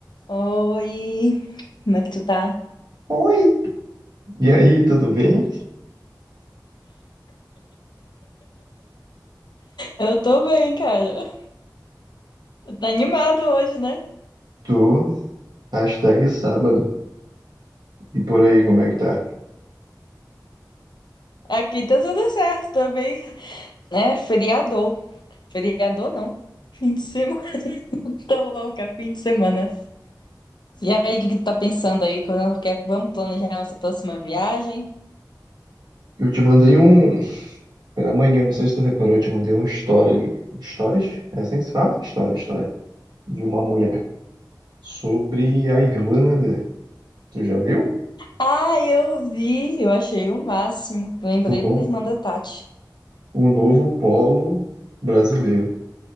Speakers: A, on the left; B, on the right.
A: Oi, como é que tu tá?
B: Oi! E aí, tudo bem?
A: Eu tô bem, cara. Tá animado hoje, né?
B: Tô, hashtag sábado. E por aí, como é que tá?
A: Aqui tá tudo certo também. É, feriador. Feriador não. Fim de semana. <laughs> Tô louca, fim de semana. E aí, o que que tu tá pensando aí? Quando quer, vamos planejar nossa próxima viagem?
B: Eu te mandei um. Pela manhã, não sei se tu reparou, eu te mandei um story. Stories? É assim que se fala? Story, story. De uma mulher sobre a Irlanda. Tu já viu?
A: Ah, eu vi, eu achei o máximo. Lembrei
B: O novo,
A: da irmã da Tati.
B: o novo polo brasileiro